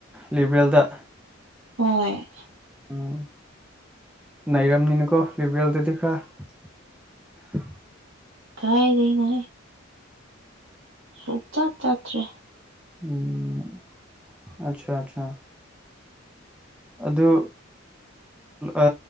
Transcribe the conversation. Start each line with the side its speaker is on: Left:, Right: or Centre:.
Centre: ꯂꯤꯕꯔꯦꯜꯗ
Right: ꯍꯣꯏ
Centre: ꯎꯝ ꯂꯩꯔꯝꯅꯤꯅꯀꯣ ꯂꯤꯕꯔꯦꯜꯗꯗꯤ ꯈꯔ
Right: ꯀꯥꯏ ꯂꯩꯩꯅ ꯁꯨ ꯆꯥꯠ ꯆꯥꯠ꯭ꯔꯦ
Centre: ꯎꯝ ꯑꯠꯆꯥ ꯑꯠꯆꯥ ꯑꯗꯨ ꯑ